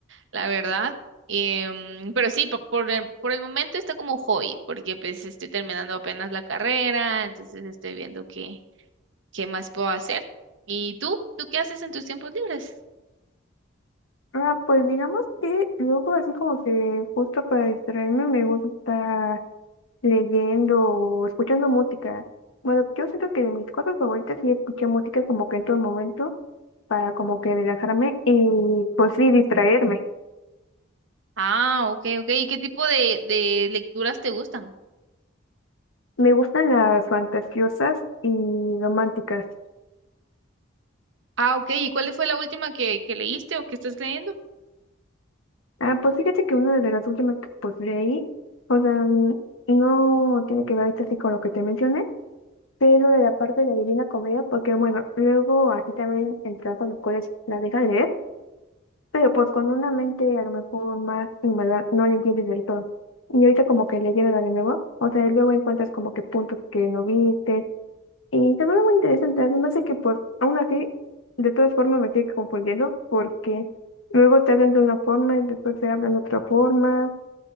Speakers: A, on the right; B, on the left.
A: la verdad. Em, pero sí, po- por el, por el momento está como hobby, porque pues estoy terminando apenas la carrera, entonces estoy viendo qué, qué más puedo hacer. ¿Y tú? ¿Tú qué haces en tus tiempos libres?
B: Ah, pues digamos que luego así como que justo para distraerme me gusta estar leyendo o escuchando música. Bueno, yo siento que de mis cosas favoritas sí escuchar música como que en todo momento para como que relajarme y pues sí distraerme.
A: Ah, ok, ok. ¿Y qué tipo de, de lecturas te gustan?
B: Me gustan las fantasiosas y románticas.
A: Ah, ok. ¿Y cuál fue la última que, que leíste o que estás leyendo?
B: Ah, pues fíjate que una de las últimas que pues leí, o sea, mm, no tiene que ver ahorita así con lo que te mencioné, pero de la parte de la Divina Comedia, porque bueno, luego así también en trabajos escolares la dejan leer, pero pues con una mente a lo mejor más inmadura no la entiendes del todo. Y ahorita como que leyéndola de nuevo, o sea, luego encuentras como que puntos que no viste, Y también parece muy interesante, además de que pues aún así, de todas formas me sigue confundiendo porque luego te hablan de una forma y después te hablan de otra forma